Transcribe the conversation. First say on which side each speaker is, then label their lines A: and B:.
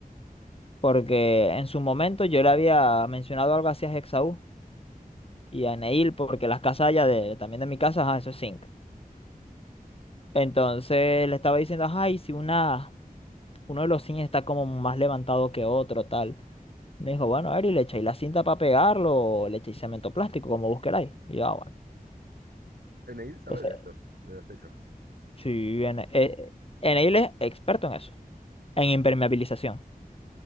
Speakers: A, on the left; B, on the right.
A: Porque en su momento yo le había mencionado algo así a Hexaú y a Neil, porque las casas allá de, también de mi casa, ajá, eso es zinc. Entonces le estaba diciendo, ajá, si una, uno de los zinc está como más levantado que otro, tal. Me dijo, bueno, Ari, le echáis la cinta para pegarlo, o le echáis cemento plástico, como vos queráis. Y yo, ah, bueno.
B: Eneil sabe
A: Entonces,
B: de esto, de los techos.
A: sí, en, eh, Neil es experto en eso. En impermeabilización.